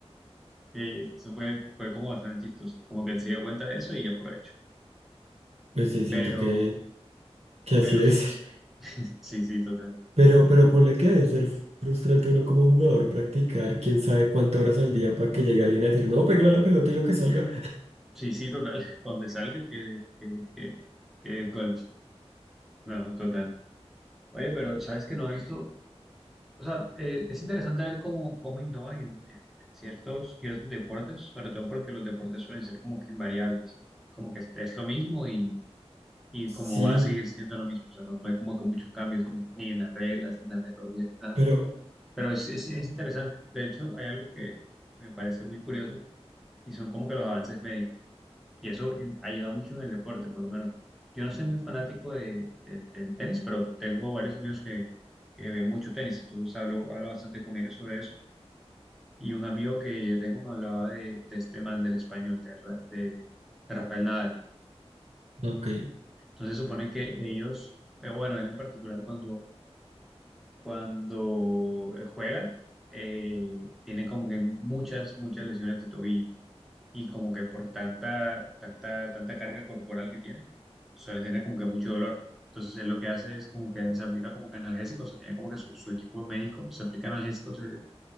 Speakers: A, in the centre; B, on the right (about 75°).
A: Eh, eso fue, fue como bastante chistoso, como que él se dio cuenta de eso y aprovechó.
B: Pues sí, siento
A: Pero,
B: que, que
A: pero
B: así debe
A: sí,
B: ser.
A: sí, sí, total.
B: Pero, pero ponle que debe ser frustrante uno como jugador practicar quién sabe cuántas horas al día para que llegue alguien a decir, no, pégale a la pelota y lo que salga.
A: Sí, sí, total. <laughs> Donde salga, que, que, que, que gol. No, no, total. Oye, pero sabes que no he visto. O sea, eh, es interesante ver cómo, cómo innovan en, en- en ciertos, ciertos deportes, sobre todo porque los deportes suelen ser como que invariables. Como que es, es lo mismo y, y
B: Sí,
A: como va a seguir siendo lo mismo. O sea, no, no hay como que muchos cambios ni, ni en las reglas, ni en las metodologías, nada.
B: pero,
A: Pero es, es, es interesante. De hecho, hay algo que me parece muy curioso y son como que los avances médicos. Y eso i- ayuda mucho en el deporte, por lo menos. Yo no soy muy fanático de, de- del tenis, pero tengo varios amigos que, que ven mucho tenis, entonces hablo, hablo bastante con ellos sobre eso. Y un amigo que yo tengo me hablaba de, de este man del español, de, Ra- de, de Rafael Nadal.
B: ok.
A: Entonces supone que ellos, eh, bueno, él en particular cuando, cuando eh, juega, eh, tiene como que muchas, muchas lesiones de tobillo. y como que por tanta, tanta, tanta carga corporal que tiene, suele tener como que mucho dolor. Entonces él lo que hace es como que se aplica como que analgésicos, o sea, tiene como que su, su equipo médico, se aplica analgésicos eh,